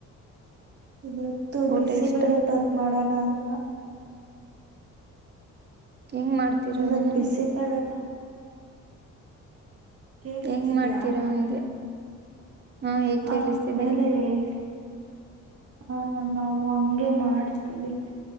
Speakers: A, on the right; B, on the right.
A: ಇವತ್ತು
B: ಊಟ
A: ಬಿಸಿಬೇಳೆ
B: ಇಷ್ಟ
A: ಬಾತ್ ಮಾಡೋಣ ಅಂತ
B: ಹೆಂಗ್ ಮಾಡ್ತೀರಾ
A: ಇವತ್
B: ಅದನ್ನ
A: ಬಿಸಿ ಬೇಳೆ ಬಾತ್ ಕೇಳಸ್ತಿದಿಯಾ
B: ಹೆಂಗ್ ಮಾಡ್ತೀರಾ ಅಂದೆ ಹಾ ಹೇಗ್
A: ಹ
B: ಕೇಳಿಸ್ತಿದೆ
A: ಮೇಲೆ ಹೇಳಿ ಹಾ ನಾವು ಹಂಗೆ ಮಾಡ್ತಿವಿ